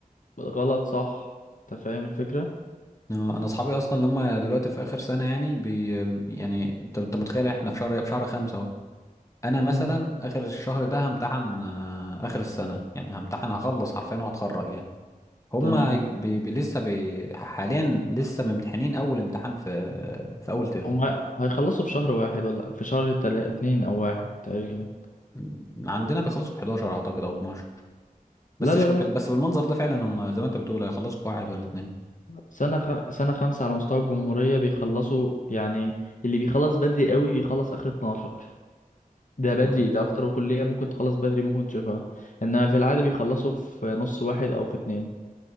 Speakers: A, on the left; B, on the left.
A: غلط صح أنت فاهم الفكرة
B: آه، انا اصحابي اصلا اللي هم دلوقتي في اخر سنه يعني بي يعني انت انت متخيل احنا في شهر في شهر خمسة اهو انا مثلا
A: مم.
B: اخر الشهر ده همتحن آه، اخر السنه يعني همتحن هخلص حرفيا وهتخرج يعني هما
A: تمام
B: هيج- بي بي لسه بي حاليا لسه ممتحنين اول امتحان في في اول ترم
A: هم هيخلصوا في شهر واحد ولا في شهر تلا اتنين أو واحد تقريبا
B: م- عندنا بيخلصوا في 11 اعتقد او 12 بس
A: لا لا
B: شب
A: لا
B: بس بالمنظر ده فعلا هم زي ما انت بتقول هيخلصوا في واحد ولا اتنين
A: سنة خ... سنة خمسة على مستوى الجمهورية بيخلصوا يعني اللي بيخلص بدري قوي بيخلص آخر 12 ده بدري
B: آه.
A: ده أكتر وكلية ممكن تخلص بدري ممكن تشوفها إنما في العادة بيخلصوا في نص واحد أو في اتنين